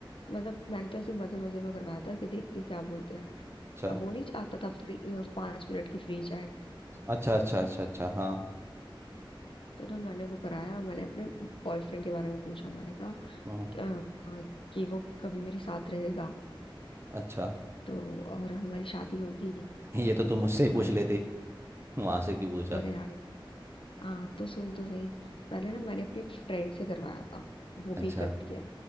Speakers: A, on the left; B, on the right.
A: मतलब मैंने तो ऐसे मजे मजे में करवाया था कि देखती हूँ क्या बोलते हैं
B: अच्छा
A: अब वो नहीं आता था फ्री पांच मिनट की फ्री चैट
B: अच्छा अच्छा अच्छा अच्छा हाँ
A: तो ना मैंने वो कराया मैंने अपने बॉयफ्रेंड के बारे में पूछा मैंने कहा
B: हम्म
A: "अ, कि वो कभी मेरे साथ रहेगा
B: अच्छा
A: तो और हमारी शादी होगी
B: ये तो
A: तो
B: तुम
A: ना
B: मुझसे
A: अ,
B: ही पूछ लेती वहां से क्यों पूछा
A: अरे यार हाँ तो सुन तो सही पहले ना मैंने अपनी फ्रेंड से करवाया था वो
B: अच्छा
A: भी करती है